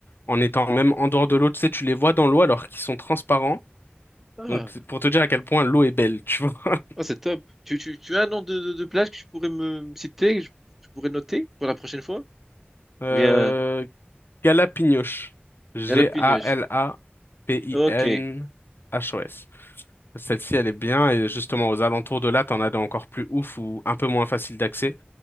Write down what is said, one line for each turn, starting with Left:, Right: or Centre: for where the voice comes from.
Left: en étant même en dehors de l'eau. Tu sais, tu les vois dans l'eau alors qu'ils sont transparents.
Centre: Ah,
Left: Donc, c'est pour te dire à quel point l'eau est belle, tu vois. <laughs>
Centre: ah, c'est top. Tu, tu, tu as un nom de, de, de plage que tu pourrais me, me citer, que je, je pourrais noter pour la prochaine fois?
Left: Euh,
Centre: Ou bien
Left: Galapignos. G-A-L-A-P-I-N-H-O-S.
Centre: Galapagos. Ok.
Left: Celle-ci, elle est bien. Et justement, aux alentours de là, t'en as des encore plus ouf ou un peu moins facile d'accès.